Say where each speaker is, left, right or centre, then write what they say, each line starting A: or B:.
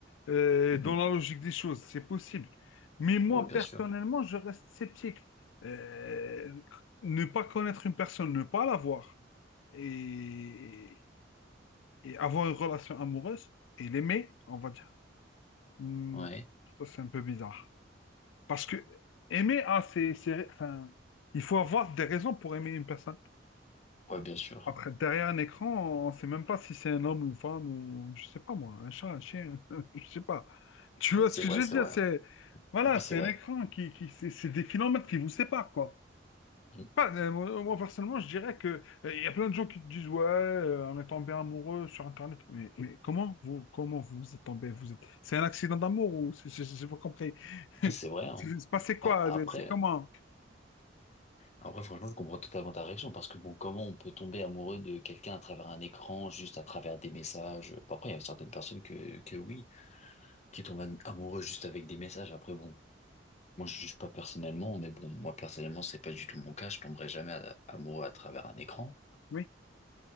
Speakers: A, on the left (about 85°); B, on the left (about 40°).
A: Euh,
B: Mm,
A: dans
B: mhm.
A: la logique des choses, c'est possible. Mais moi,
B: Ouais, bien
A: personnellement,
B: sûr.
A: je reste sceptique. Euh, ne pas connaître une personne, ne pas la voir et, et avoir une relation amoureuse et l'aimer, on va dire, Hmm,
B: Ouais.
A: ça, c'est un peu bizarre. Parce que aimer, ah, c'est, c'est- enfin, il faut avoir des raisons pour aimer une personne.
B: Ouais, bien sûr.
A: Après, derrière un écran, on ne sait même pas si c'est un homme ou une femme ou, je sais pas moi, un chat, un chien, <laughs> je sais pas. Tu
B: Ouais,
A: vois
B: C'est
A: ce que
B: vrai,
A: je
B: c'est
A: veux dire?
B: vrai.
A: C'est, voilà,
B: Ouais, c'est
A: c'est
B: vrai.
A: un écran qui, qui c'est c'est des kilomètres qui vous séparent, quoi.
B: Mm.
A: Pas, euh, moi, moi, personnellement, je dirais que euh, il y a plein de gens qui te disent, ouais, euh, on est tombé amoureux sur Internet. Mais, mais comment vous, comment vous êtes tombé? Vous êtes, c'est un accident d'amour ou c'est- c'est- j'ai pas compris. <laughs>
B: Ouais, c'est vrai, hein.
A: C'est passé quoi?
B: Bah, après,
A: C'est c'est comment?
B: après, franchement, je comprends totalement ta réaction parce que bon, comment on peut tomber amoureux de quelqu'un à travers un écran, juste à travers des messages? Bah, Après, il y a certaines personnes que, que oui, qui tombent am- amoureux juste avec des messages. Après, bon. Moi, je juge pas personnellement, mais bon, moi, personnellement, c'est pas du tout mon cas. Je tomberai jamais à- amoureux à travers un écran.
A: Oui,